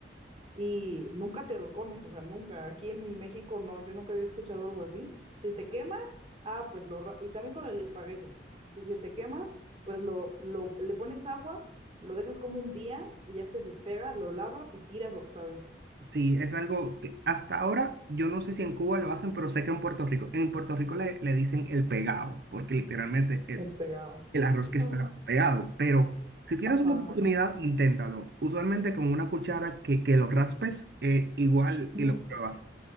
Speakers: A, on the right (about 30°); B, on the right (about 55°).
A: y nunca te lo comes, o sea, nunca. Aquí en México no, yo nunca había escuchado algo así. Si te quema, ah, pues lo, ra- y también con el espagueti. Si se te quema, pues lo, lo, le pones agua, lo dejas como un día y ya se despega, lo lavas y tiras lo que está dentro.
B: Sí, es algo que hasta ahora yo no sé si en Cuba lo hacen, pero sé que en Puerto Rico, en Puerto Rico le, le dicen el pegado, porque literalmente es
A: Despegado.
B: el arroz que
A: Ujú,
B: está pegado. Pero si tienes
A: Ajá.
B: una oportunidad, inténtalo. Usualmente con una cuchara que, que lo raspes, eh, igual
A: ujú,
B: y lo pruebas.